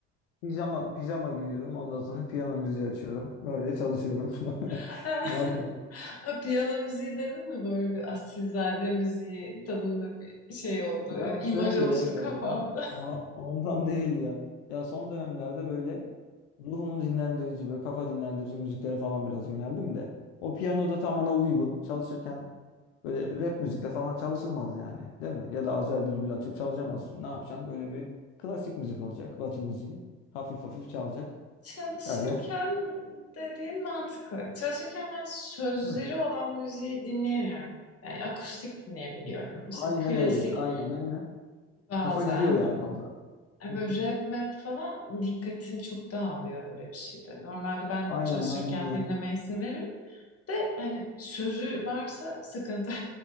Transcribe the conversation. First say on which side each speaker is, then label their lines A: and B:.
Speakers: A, on the left; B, on the left.
A: pijama pijama giyiyorum. Ondan sonra piyano müziği açıyorum. Böyle çalışıyorum. <laughs>
B: <laughs>
A: Ne yapalım?
B: Ha, piyano müziği dedin mi böyle bir asilzade müziği tadında bir şey oldu.
A: Ya
B: İmaj
A: şöyle
B: oluştu
A: Gözde.
B: kafamda.
A: ha, Ondan <laughs> değil ya. Ya son dönemlerde böyle ruhumun dinlendirici, böyle kafa dinlendirici müziklere falan biraz yöneldim de. O piyano da tam ona uygun. Çalışırken böyle rap müzikle falan çalışılmaz yani. Değil mi? Ya da Azer Bülbül açıp çalışamazsın. Ne yapacaksın? Böyle bir klasik müzik olacak. Batı müziği. Hafif hafif çalacak.
B: Çalışırken
A: Öyle.
B: dediğin mantıklı. Çalışırken ben sözleri
A: Hı.
B: olan müziği dinleyemiyorum. Yani akustik dinleyebiliyorum. İşte
A: Aynen
B: klasik
A: öyle işte. Aynen. Benim de
B: bazen.
A: kafa gidiyor yani orada.
B: Yani
A: Hı
B: böyle
A: hı.
B: rap map falan dikkatim çok dağılıyor öyle bir şeyde. Normalde ben
A: Aynen
B: de çalışırken
A: bende de.
B: dinlemeyi severim. De hani sözü varsa sıkıntı.